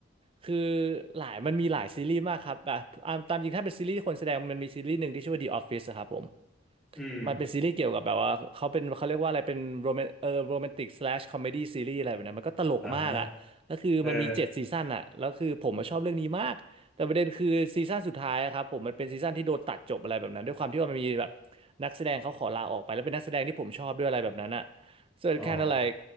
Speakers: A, on the right (about 25°); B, in the centre.
A: คือหลายมันมีหลายซีรีส์มากครับแบบอ่ะตามจริงถ้าเป็นซีรีส์คนแสดงมันมีซีรีส์หนึ่งที่ชื่อว่า The Office อะครับผม
B: อืม
A: มันเป็นซีรีส์เกี่ยวกับแบบว่าเขาเป็นเขาเรียกว่าอะไรเป็นโรแมนเออโรแมนติกสแลชคอมเมดี้ซีรีส์อะไรแบบนั้นมันก็ตลกมากอ่ะแล้วคือมันมีเจ็ดซีซั่นอ่ะแล้วคือผมมาชอบเรื่องนี้มากแต่ประเด็นคือซีซั่นสุดท้ายอะครับผมมันเป็นซีซั่นที่โดนตัดจบอะไรแบบนั้นด้วยความที่ว่ามันมีแบบ
B: อ่าฮะเออ
A: นักแสดงเขาขอลาออกไปแล้วเป็นนักแสดงที่ผมชอบด้วยอะไรแบบนั้นอ่ะ so it
B: อ๋อ
A: kind of like